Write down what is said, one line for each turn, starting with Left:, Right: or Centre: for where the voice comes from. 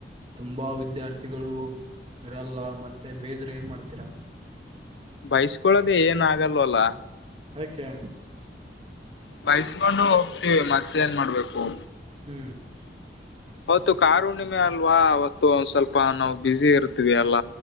Right: ತುಂಬಾ ವಿದ್ಯಾರ್ಥಿಗಳು ಇರಲ್ಲ ಮತ್ತೆ ಬೇದ್ರೆ ಏನ್ ಮಾಡ್ತೀರಾ
Left: ಬೈಸ್ಕೊಳ್ಳೋದೇ ಏನ ಆಗಲ್ವಲ್ಲ
Right: ಏಕೆ
Left: ಬಯಸ್ಕೊಂಡು ಹೋಗ್ತೀವಿ ಮತ್ತೆ ಏನ್ ಮಾಡ್ಬೇಕು
Right: ಹ್ಮ್
Left: ಅವತ್ತು ಕಾರಹಣ್ಣಿಮೆ ಅಲ್ವಾ ಅವತ್ತು ಒಂದ ಸ್ವಲ್ಪ ನಾವು ಬ್ಯುಸಿ ಇರ್ತವಿ ಅಲ್ಲ